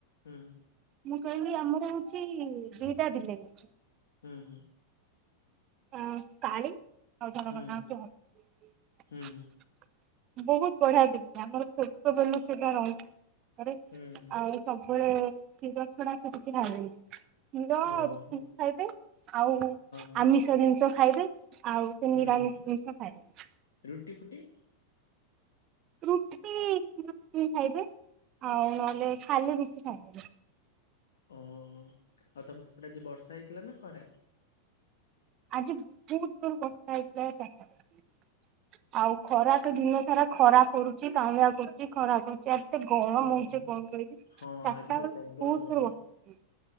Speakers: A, on the left; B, on the right.
A: ହୁଁ।
B: ମୁଁ କହିଲି ଆମର ହଉଛି ଦିଟା ବିଲେଇ।
A: ହୁଁ ହୁଁ।
B: ଅଁ କାଳି ଆଉ ଜଣକ
A: ହୁଁ
B: ନାଁ ହଉଛି
A: ହୁଁ
B: <unintelligible> ବହୁତ ବଢ଼ିଆ <unintelligible> ଆମର ଛୋଟବେଳୁ ସେଟା ରହିଛି। ରେ
A: ହୁଁ।
B: ଆଉ ସବୁବେଳେ କ୍ଷୀର ଛଡ଼ା ସେ କିଛି ଖାଇବେନି। କ୍ଷୀର
A: ଓହୋ
B: ରୁଟି
A: ହଁ
B: ଖାଇବେ ଆଉ
A: ହଁ
B: ଆମିଷ ଜିନିଷ ଖାଇବେ। ଆଉ ସେ
A: ହୁଁ
B: ନିରାମିଷ ଜିନିଷ ଖାଏନି।
A: ରୁଟି ଫୁଟି
B: ରୁଟି <unintelligible> ଖାଇବେ ଆଉ ନହେଲେ ଖାଲି ରୁଟି ଖାଇ
A: ଓ ଆଉ ତମେ ସେପଟେ ଆଜି ବର୍ଷା ହେଇଥିଲା ନା ଖରା।
B: ଆଜି ବହୁତ୍ ଯୋରେ ବର୍ଷା ହେଇଥିଲା <unintelligible> ଆଉ ଖରା ତ ଦିନ ସାରା ଖରା କରୁଛି କାଁଉଳିଆ କରୁଛି ଖରା କରୁ ଏତେ ଗରମ
A: ଓହୋ
B: ହଉଛି କଣ କହିବି
A: ହଁ
B: ଚାରିଟା
A: ଆଜି ତ
B: ବେଳ
A: ପ୍ରବଳ
B: ବହୁତ୍
A: ଗରମ।
B: <unintelligible>